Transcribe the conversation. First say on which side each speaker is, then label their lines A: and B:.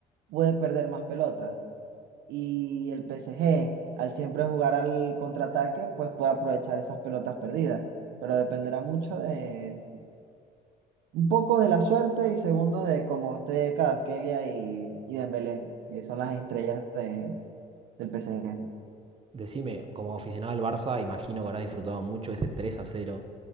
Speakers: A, on the right; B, on the right.
A: puede perder más pelotas. Y el PSG, al siempre jugar al contraataque, pues puede aprovechar esas pelotas perdidas. Pero dependerá mucho de un poco de la suerte y segundo de cómo esté Kvaratskhelia y, y Dembélé, que son las estrellas de- del PSG.
B: Decime, como aficionado al Barça, imagino que habrás disfrutado mucho ese 3 a cero